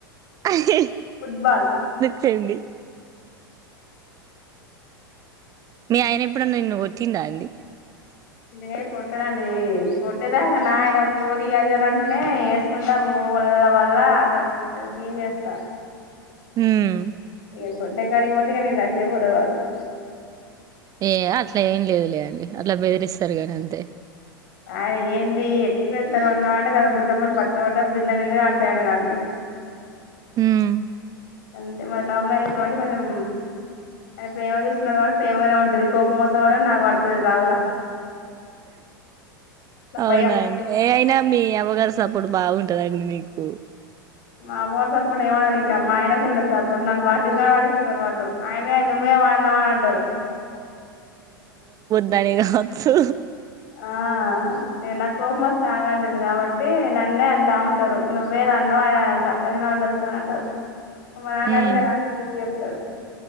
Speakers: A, on the right (about 30°); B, on the left (about 55°).
A: హా హ్ హు
B: ఫుట్బాల్
A: చేయండి మీ ఆయన ఎప్పుడన్న నిన్ను కొట్టిందా అండి
B: లే కొట్టడండి కొట్టేదాకా నాయన పోరి అదనంటేనే ఏడ్చకుంటా పో పొలాల వల్ల అతనికి పెద్ద సిన్ చేస్తా
A: హ్మ్
B: ఇ కొట్టే కాడికి పోతే నేను సచ్చే పోత కావచ్చు
A: ఏ అట్లా ఏం లేదులే అండి అట్లా బెదిరిస్తారు గానీ అంతే
B: ఆయ్ ఏంది ఎక్కువ చేతన్నావ్ అన్నామంటే కదా <unintelligible> పట్ట పడ్డ బిందె నీళ్ళు కారుతాయ్ అండి నాకు
A: ఉమ్
B: అంతే మాది లవ్ మేరేజ్ కాబ్బటి కొంచం ఆయన ప్రేమగ చూసుకున్నడు ప్రేమగానే ఉంటది కోపం మొత్తం మాత్రం నాకు పడతది రావుల
A: అవునా
B: భయం
A: అండి ఏ అయినా మీ అవ <unintelligible> సపోర్ట్ బాగుంటందండి నీకు
B: మా వారు సపోర్ట్ ఏమనరు ఇంకా మా ఆయనకుంటారు సపోర్ట్ నన్ని పట్టించుకొనే పాటించుకోరుకుంటూ వాళ్ళు ఆయనే నువ్వే <unintelligible> అంటారు
A: భలే వాచ్చు
B: ఆ నేను నా కోపం వస్తే ఆగాను నేను కాబట్టి నన్నే అంటా ఉంటారు నువ్వే ఏదో అన్నావ్ ఆయన సప్పడ నా ఉండస్తానంటారు మా నాన్న
A: ఉమ్
B: అయితే నాకే బుద్ధి చెప్తాడు